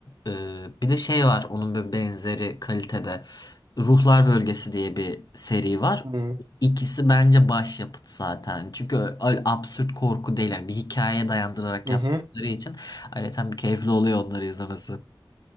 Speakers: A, on the left; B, on the right.
A: E, bir de şey var onun böyle benzeri kalitede. Ruhlar Bölgesi diye bir seri var.
B: Hı
A: İkisi bence başyapıt zaten. Çünkü öyle absürt korku değil. Yani bir hikayeye dayandırarak
B: hı.
A: yaptıkları
B: hı.
A: için ayrıca bir keyifli oluyor onları izlemesi.